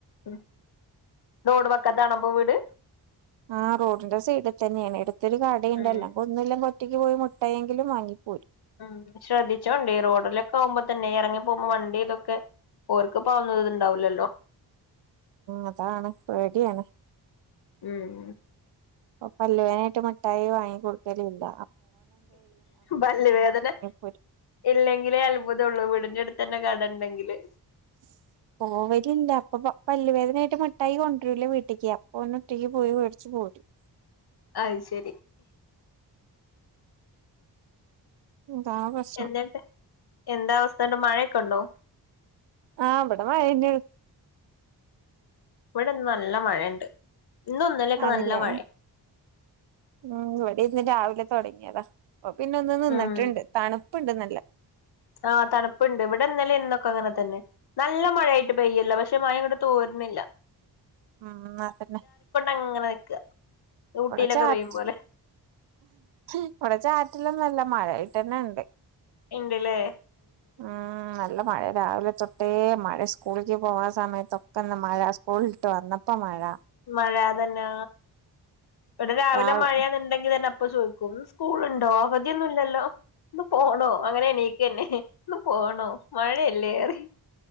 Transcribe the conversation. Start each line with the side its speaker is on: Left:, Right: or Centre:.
Left: ഉം റോഡ് വക്കത്താണാണോ അപ്പോ വീട്.
Right: ആഹ് റോഡിന്റെ സൈഡ്‌ തന്നെ ആണ് അടുത്തൊരു കടയുണ്ട്,
Left: ഉം
Right: അല്ലെങ്കിൽ ഒന്നു ഇല്ല. <unintelligible> ഒറ്റക്ക് പോയി മുട്ടായിയെങ്കിലും വാങ്ങിക്കും.
Left: ഉം ശ്രദ്ധിച്ചോണ്ട് ഈ റോഡിലൊക്കെ പോവുമ്പോ തന്നെ ഇറങ്ങി പോകുമ്പോ വണ്ടി ഇതൊക്കെ. ഓർക്കിപ്പോ ഒന്നും ഇതുണ്ടാവൂലല്ലോ
Right: അതാണ് പേടിയാണ്.
Left: ഉം.
Right: ഇപ്പ പല്ലുവേദനായിട്ട് മുഠായി വാങ്ങി കൊടുക്കലുല്ല.
Left: പല്ല് വേദന
Right: പോരും
Left: ഇല്ലെങ്കിലേ അത്ഭുതം ഉള്ളൂ വീടിന്റെ അടുത്ത് തന്നെ കട ഉണ്ടെങ്കില്.
Right: <inaudible> പോവലില്ല അപ്പൊ പല്ലവേദനയായിട്ട് മിഠായി കൊണ്ടുവരുല്ലാ വീട്ടിക്ക് അപ്പൊ ഓന് ഒറ്റക്ക് പോയി മേടിച്ചു പോരും. <inaudible>
Left: അയ്ശരി.
Right: അതാണ് പ്രശ്നം
Left: എന്തുണ്ട് എന്താ അവസ്ഥ ഉണ്ട് മഴയൊക്കെ ഉണ്ടോ?
Right: ആ ഇവിടെ മഴ തന്നെയാണ്.
Left: ഇവിടിന്ന് നല്ല മഴയുണ്ട്. ഇന്നും ഇന്നലെയൊക്കെ
Right: ആണല്ലേ
Left: നല്ല മഴയാ
Right: ഉം ഇവിടെ ഇന്ന് രാവിലെ തുടങ്ങിയതാ. ഇപ്പ പിന്നെ ഒന്ന് നിന്നിട്ടുണ്ട്
Left: ഉം
Right: തണുപ്പുണ്ട് നല്ലേ.
Left: ആഹ് തണുപ്പുണ്ട് ഇവിടെ ഇന്നലേം ഇന്നൊക്കെ അങ്ങനെ തന്നെ നല്ല മഴയായിട്ട് പെയ്യല്ല പക്ഷെ മഴ അങ്ങട് തോരു ന്നില്ല.
Right: ഉ <inaudible> ഉം അതന്നെ
Left: അങ്ങനെ നിക്ക ഊട്ടിയിലൊക്കെ
Right: അവിടെ ചാറ്റ്
Left: പെയ്യും പോലെ
Right: ഇവിടെ ചാറ്റിലൊന്നല്ല മഴയായിട്ടന്നെ ഉണ്ട്.
Left: ഇണ്ടില്ലേ.
Right: ഉം നല്ല മഴ രാവിലെ തൊ ട്ടെ യേ മഴ സ്കൂളിക്ക് പോവാ സമയത്തൊക്കെ ഇന്ന് മഴ സ്കൂളിട്ട് വന്നപ്പോ മഴ.
Left: മഴ തന്നെ ഇവിടെ രാവിലെ
Right: രാവ്
Left: മഴയാന്ന് ഉണ്ടെങ്കി തന്നെ. ഇപ്പ ചോയിക്കും സ്കൂളുണ്ടോ? അവധിയൊന്നും ഇല്ലല്ലോ ഇന്ന് പോണോ അങ്ങനെ എണീക്കന്നെ. പോണോ മഴയല്ലേ പറയ്.